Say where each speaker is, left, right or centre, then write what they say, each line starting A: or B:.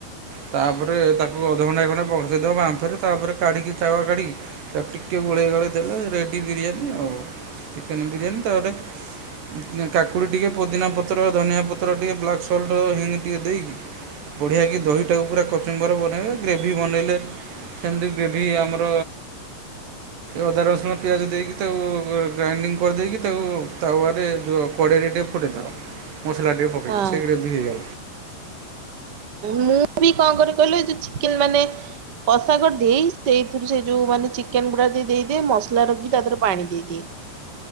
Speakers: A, on the right; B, on the right.
A: ତା ପରେ ତାକୁ ଅଧଘଣ୍ଟାଇ ଖଣ୍ଡେ ବସେଇଦବ, ବାମ୍ଫରେ ତାପରେ କାଢ଼ିକି ତାୱା କାଢ଼ିକି ତାକୁ ଟିକେ ଟିକେ ଗୋଳେଇ ଗାଳେଇ ଦେଲେ ରେଡ଼ି ବିରିୟାନୀ। ଆଉ। ଚିକେନ୍ ବିରିୟାନୀ ତାପରେ କାକୁଡି ଟିକେ ପୋଦିନା ପତ୍ର, ଧନିଆ ପତ୍ର, ଟିକେ ବ୍ଲାକ୍ ସଲ୍ଟ ହିଙ୍ଗୁ ଟିକେ ଦେଇକି ବଢିଆ କି ଦହିଟାକୁ ପୁରା କଚୁମ୍ବର ବନେଇବେ, ଗ୍ରେଭି ବନେଇଲେ ସେମିତି ଗ୍ରେଭି ଆମର ଅଦା, ରସୁଣ, ପିଆଜ ଦେଇକି ତାକୁ ଗ୍ରାଇଡିଙ୍ଗ କରିଦେଇକି, ତାକୁ ତାୱାରେ କଢ଼େଇ <unintelligible> ଟିକେ ପକେଇଦେଲ, ମସଲା ଟିକେ ପକେଇଛି।
B: ହଁ
A: ବିରୀୟାନି
B: ମୁଁ ବି କଣ କରେ କହିଲ, ଏ ଯୋଉ ଚିକେନ ମାନେ କଷାକରି ଦେଇ ସେଇଥିରୁ ସେ ଯୋଉ ମାନେ ଚିକେନ ଗୁଡା ଦେଇଦିଏ, ମସଲା ରଖି ତା ଦେହରେ ପାଣି ଦେଇଦିଏ।